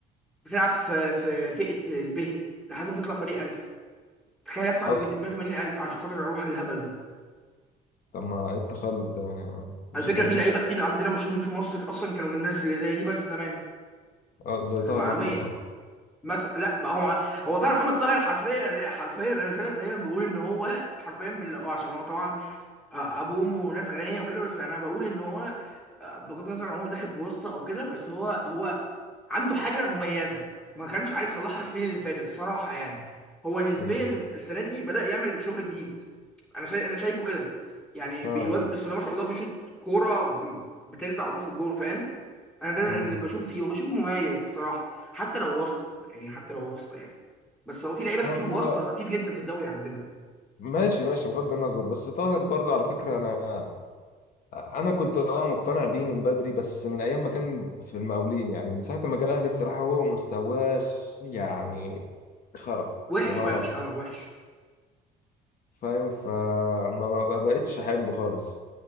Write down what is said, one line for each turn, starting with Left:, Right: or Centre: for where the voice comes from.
Centre: بتلعب في في فئه الب لحد ما تطلع فريق الف تخيل ادفع
Left: أصلا
Centre: 180 الف عشان خاطر اروح الهبل ده
Left: طب ما إيه التخلف ده يعني يا عم؟ مش
Centre: على فكره
Left: فاهم
Centre: في لعيبه كتير عندنا مشهورين في مصر اصلا كانوا من الناس اللي زي دي بس زمان
Left: أه زي طاهر
Centre: المعلوميه
Left: محمد طه
Centre: مثلا لا بقى هو هو طاهر محمد طاهر حرفيا حرفيا انا دايما دايما بقول ان هو حرفيا من اللي هو عشان هو طبعا آه، ابوه وامه ناس غنيه وكده بس انا بقول ان هو آه، بغض النظر عن هو داخل بواسطه او كده بس هو هو عنده حاجة مميزة ما كانش عارف يصلحها السنين اللي فاتت الصراحة يعني هو نسبيا
Left: بال-
Centre: السنة دي بدأ يعمل شغل جديد أنا شايف أنا شايفه كده يعني بي-
Left: أه
Centre: الواد بسم الله ما شاء الله بيشوط كورة بترزع على طول في الجون فاهم أنا ده
Left: أمم
Centre: اللي بشوفه فيه وبشوفه مميز الصراحة حتى لو واسطة يعني حتى لو واسطة يعني بس هو في لعيبة كتير
Left: هو
Centre: واسطة كتير جدا في الدوري عندنا
Left: ماشي ماشي بغض النظر بس طاهر برضه على فكرة أنا أنا كنت أه مقتنع بيه من بدري بس من أيام ما كان في المقاولين يعني من ساعة ما جه الأهلي الصراحة هو مستواه يعني خرا
Centre: وحش
Left: بمعنى
Centre: وحش
Left: أصح
Centre: اه وحش
Left: فاهم فما ما بقتش أحبه خالص